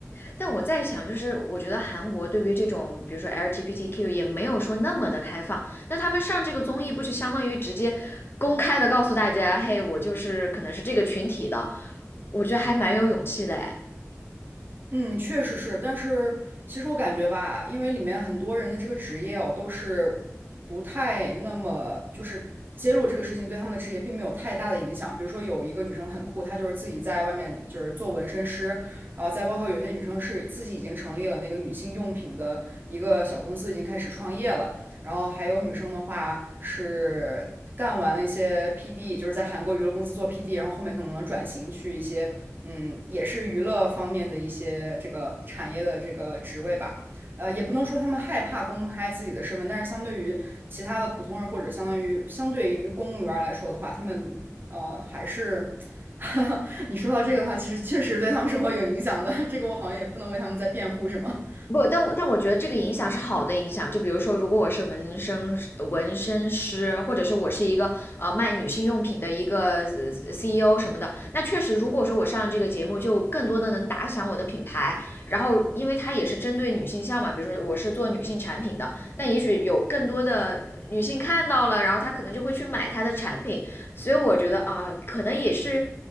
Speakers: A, on the left; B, on the right.
A: 但我在想，就是我觉得韩国对于这种比如说 LGBTQ 也没有说那么的开放，那他们上这个综艺不就相当于直接公开的告诉大家，嘿，我就是可能是这个群体的，我觉得还蛮有勇气的哎。
B: 嗯，确实是，但是其实我感觉吧，因为里面很多人的这个职业哦，都是不太那么就是揭露这个事情对他们的职业并没有太大的影响。比如说有一个女生很酷，她就是自己在外面就是做纹身师，然后再包括有些女生是自己已经成立了那个女性用品的一个小公司，已经开始创业了。然后还有女生的话是干完了一些 PD，就是在韩国娱乐公司做 PD，然后后面可能能转型去一些。嗯，也是娱乐方面的一些这个产业的这个职位吧。呃，也不能说他们害怕公开自己的身份，但是相对于其他的普通人或者相当于相对于公务员儿来说的话，他们呃还是，<laughs> 你说到这个的话，其实确实对他们生活有影响的。<laughs> 这个我好像也不能为他们在辩护什么。
A: 不，但我但我觉得这个影响是好的影响。就比如说，如果我是纹身纹身师，或者是我是一个呃卖女性用品的一个呃 CEO 什么的，那确实，如果说我上这个节目，就更多的能打响我的品牌。然后，因为它也是针对女性向嘛，比如说我是做女性产品的，那也许有更多的女性看到了，然后她可能就会去买她的产品。所以我觉得啊、可能也是，